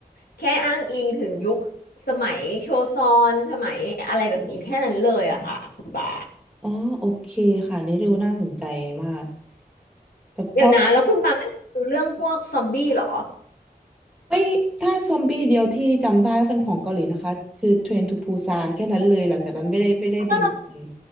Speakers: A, on the left (about 75°); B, in the centre.
A: แค่อ้างอิงถึงยุคสมัยโชซอนสมัยอะไรแบบนี้แค่นั้นเลยอะค่ะคุณปา
B: อ๋อโอเคค่ะนี่ดูน่าสนใจมากแต่เพราะ
A: เดี๋ยวนะแล้วคุณปาไม่ดูเรื่องพวกซอมบี้เหรอ
B: ไม่ถ้าซอมบี้เดียวที่จำได้ว่าเป็นของเกาหลีนะคะคือเทรนทูปูซานแค่นั้นเลยหลังจากนั้นไม่ได้ไม่ได้ดูเลย
A: ก็ลอง